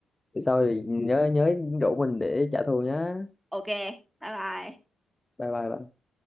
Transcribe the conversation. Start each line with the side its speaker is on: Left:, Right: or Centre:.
Left: sau thì nhớ nhớ rủ mình để trả thù nhá
Centre: ok bye bye
Left: bye bye bạn